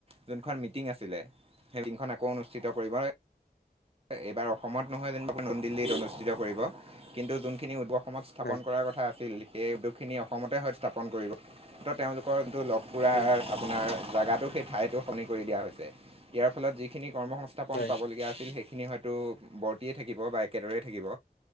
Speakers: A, on the right; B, on the left.
A: যোনখন মিটিং আছিলে, সেই মিটিংখন আকৌ অনুষ্ঠিত কৰিব। এইবাৰ অসমত নহয় যেনিবা নতুন দিল্লীত অনুষ্ঠিত কৰিব। কিন্তু যোনখিনি উদবহ অসমত স্থাপন
B: হয়
A: কৰাৰ কথা আছিল। সেই উদ্যোগখিনি অসমতে হয় স্থাপন কৰিব। ত' তেওঁলোকৰ যিটো লগ পুৰাৰ
B: হয়
A: আপোনাৰ জাগাটো সেই ঠাইতো সলনি কৰি দিয়া হৈছে। ইয়াৰ ফলত যিখিনি কৰ্ম সংস্থাপন
B: হয়
A: পাবলগীয়া আছিল সেইখিন সেইখিনিনি হয়তো বৰ্টেয়ে থাকিব বা একেদৰেই থাকিব।